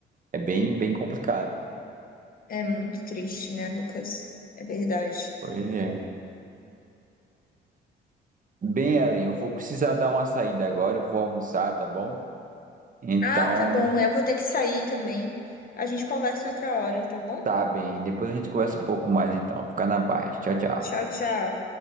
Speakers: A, on the right (about 40°); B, on the left (about 45°).
A: É bem, bem complicado.
B: É muito triste, né, Lucas? É verdade.
A: Pois é. Bem, Ellen, eu vou precisar dar uma saída agora, eu vou almoçar, tá bom? Então,
B: Ah, tá bom. Eu vou ter que sair também. A gente conversa outra hora, tá bom?
A: tá bem. Depois a gente conversa um pouco mais, então. Fica na paz. Tchau, tchau.
B: Tchau, tchau.